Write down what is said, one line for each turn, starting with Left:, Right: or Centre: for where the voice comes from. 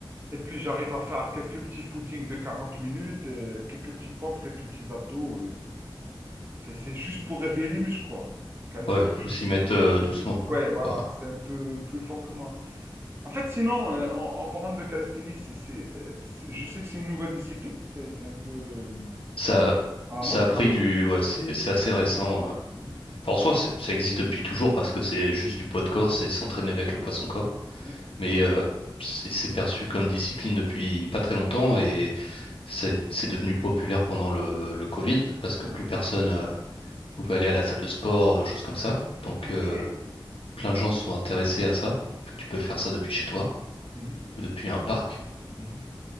Right: Et puis j'arrive à faire quelques petits footings de 40 minutes, euh, quelques petites pompes, quelques petits abdos. euh. c'est, c'est juste pour réveiller les muscles, quoi. Calisthénie,
Left: Ouais. Faut s'y mettre euh,
Right: c'est-
Left: doucement, quoi.
Right: ouais,
Left: Faut
Right: voilà,
Left: pas-
Right: c'est un peu plus fort que moi. En fait, sinon, euh, en, en parlant de calisthénie, c'est, c'est- euh, c'est- je sais que c'est une nouvelle discipline. C'est, c'est un peu euh,
Left: Ça,
Right: à la
Left: ça
Right: mode,
Left: a pris
Right: quoi.
Left: du. Ouais. C'est, c'est assez récent. euh.
Right: Mhm.
Left: Enfin, en soi, c'est- ça existe depuis toujours parce que c'est juste du poids de corps, c'est s'entraîner avec le poids de son corps.
Right: Oui.
Left: Mais euh, c'est c'est perçu comme discipline depuis pas très longtemps et
Right: Mhm.
Left: c'est c'est devenu populaire pendant le, le Covid parce que
Right: Ok.
Left: plus personne euh, pouvait aller à la salle de sport, euh, choses comme ça. Donc,
Right: Ok.
Left: euh, plein de gens sont intéressés à ça, vu que tu peux faire ça depuis chez toi
Right: Mhm.
Left: ou depuis un parc.
Right: Mhm.